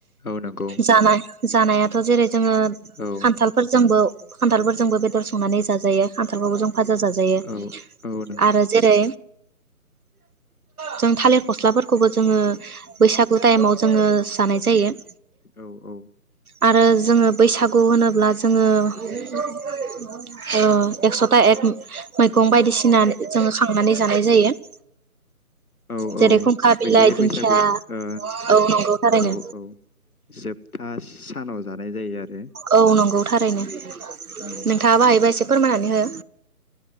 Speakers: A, on the left; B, on the right.
A: औ नंगौ
B: जानाय जानाया थ' जेरै जोङो
A: औ
B: खान्थालफोरजोंबो खान्थालफोरजोंबो बेदर संनानै जाज जायो खान्थालखौबो जों फाजा जाजायो
A: औ औ नंगौ
B: आरो जेरै जों थालिर फस्लाफोरखौबो जोङो बैसागु टाइमाव जोङो जानाय जायो
A: औ औ
B: आरो जोङो बैसागु होनोब्ला जोङो ओ एकस'था एक मैगं बायदिसिना जोङो खांनानै जानाय जायो <inaudible>
A: औ
B: जेरै
A: औ
B: खुंखा बिलाइ
A: बै बे
B: दिंखिया
A: बैसागु ओ
B: औ नंगौ थारैनो
A: औ औ जोबथा सानाव जानाय जायो आरो
B: औ नंगौ थारैनो
A: उम
B: नोंथाङाबो हायोबा एसे फोरमायनानै हो